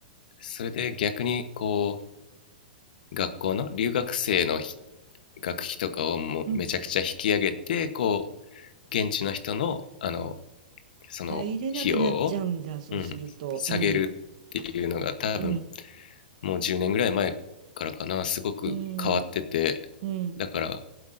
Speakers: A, on the left (about 65°); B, on the right (about 50°).
A: それで逆にこう、学校の留学生の学費とかをもうめちゃくちゃ引き上げて、
B: うん。
A: こう、現地の人の、あの、その費用を、
B: 入れなくなっちゃうんだ、そうすると。
A: うん、下げるっていうのが多分
B: うん。うん。
A: もう10年ぐらい前からかなすごく変わっててだから
B: うん。うん。